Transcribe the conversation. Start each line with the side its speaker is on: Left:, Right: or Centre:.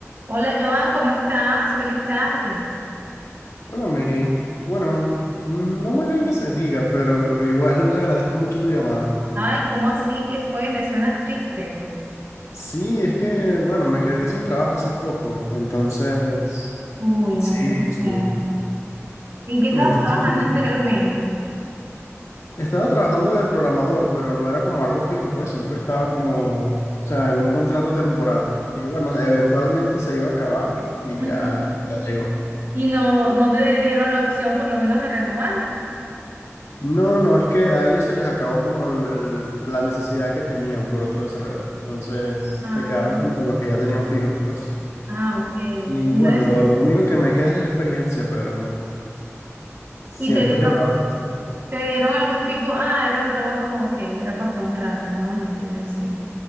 Right: Hola Joan, ¿cómo estás? Feliz tarde.
Left: Hola Mary. Bueno, mm, no muy bien que se diga, pero igual <laughs> agradezco mucho tu llamada.
Right: Ay, ¿cómo así? ¿Qué fue? Me suenas triste.
Left: Sí, es que, bueno, me quedé sin trabajo hace poco, entonces,
Right: Uy,
Left: sí,
Right: no puede ser.
Left: sí.
Right: ¿Y en qué estabas
Left: Entonces,
Right: trabajando
Left: bueno,
Right: anteriormente?
Left: estaba trabajando de programador, pero no era como algo fijo, pues, sino que estaba como, o sea, en un contrato temporal. Y bueno, eventualmente se iba a acabar y, y
Right: Ujú.
Left: ya, ya llegó.
Right: Y no, no te dieron la opción por lo menos de renovarlo.
Left: No, no, es que a ellos se les acabó como el- el- la necesidad que tenían por otro desarrollador. Entonces
Right: Ah,
Left: se quedaron como con los que ya tenían fijos, pues.
Right: ah, ok.
Left: Y
Right: Entonces,
Left: bueno, lo, lo único que me queda es la experiencia, pero siento
Right: ¿y te dieron,
Left: que me va a costar.
Right: te dieron algún tipo? Ah, era un trabajo, ok, era por contrato, ¿no? Ya te iba a decir.